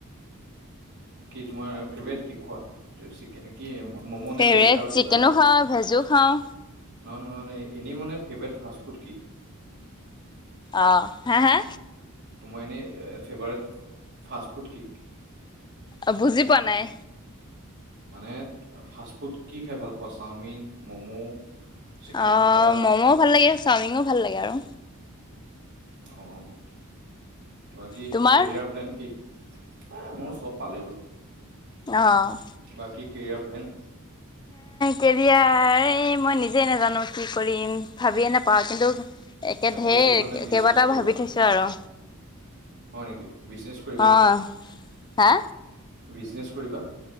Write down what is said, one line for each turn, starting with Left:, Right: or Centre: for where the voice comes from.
Right: কি তোমাৰ ফেভৰেট কি কোৱা চিকেন কি ম'ম'
Left: ফেভৰেট
Right: নে বেলেগ আৰু
Left: চিকেনো
Right: কিবা আছে
Left: খাওঁ ভেজো খাওঁ
Right: নহ ন' এনেই মানে ফেভৰেট ফাষ্টফুড কি?
Left: অ', হা', হা',।
Right: তোমাৰ এনেই ফেভাৰেট ফাষ্ট -ফুড কি?
Left: অ', বুজি পোৱা নাই।
Right: মানে ফাষ্ট ফুড কি খাই ভাল পোৱা চাওমিন, ম'ম? চিকেন
Left: আহ,
Right: পকৰা?
Left: মম'ও ভাল লাগে চাওমিনো ভাল লাগে আৰু।
Right: অ', বাকী
Left: তোমাৰ
Right: কেৰিয়াৰ প্লেন কি? এ মোৰ চব পালেই হ'ল।
Left: অহ',
Right: বাকী কেৰিয়াৰ প্লেন?
Left: কেৰিয়াৰ এই মই নিজে নাজানো কি কৰিম। ভাবিয়ে নাপাওঁ কিন্তু একে
Right: চাকৰি
Left: ঢেৰ
Right: কৰিবা নে বিজনেছ
Left: কেইবাটাও
Right: কৰিবা
Left: ভাবি থৈছো আৰু।
Right: হয় নেকি বিজনেছ কৰিবা
Left: অ
Right: নেকি
Left: হা
Right: বিজনেছ কৰিবা?